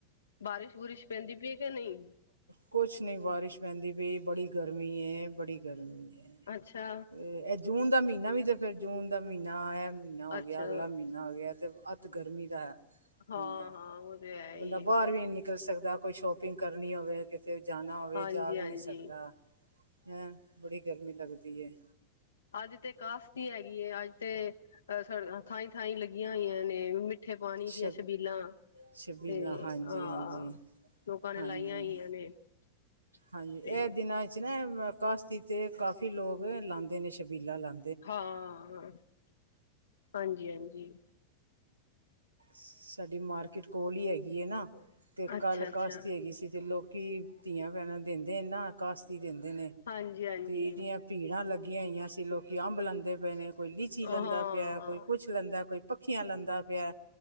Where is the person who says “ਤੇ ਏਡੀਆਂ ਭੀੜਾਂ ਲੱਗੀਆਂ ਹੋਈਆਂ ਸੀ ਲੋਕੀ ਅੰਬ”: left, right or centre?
Right